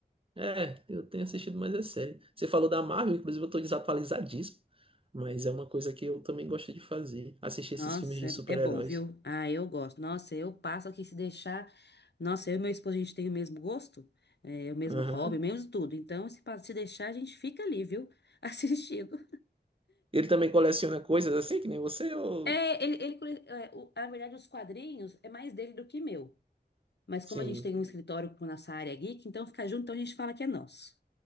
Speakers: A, on the right; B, on the left.
A: É, eu tenho assistido mais é série. Você falou da Marvel, inclusive eu tô desatualizadíssimo. Mas é uma coisa que eu também gosto de fazer. Assistir
B: Nossa,
A: esses filmes de
B: é,
A: super-heróis.
B: é bom, viu? Ah, eu gosto. Nossa, eu passo aqui se deixar. Nossa, eu e meu esposo, a gente tem o mesmo gosto, é, o mesmo
A: Aham.
B: hobby, mesmo tudo. Então, se, pa- se deixar, a gente fica ali, viu? <laughs> Assistindo.
A: Ele também coleciona coisas assim, que nem você, ou.
B: É, ele, ele, cole- é, o- na verdade, os quadrinhos é mais dele do que meu. Mas
A: Sim.
B: como a gente tem um escritório com nossa área geek, então fica junto, então a gente fala que é nosso.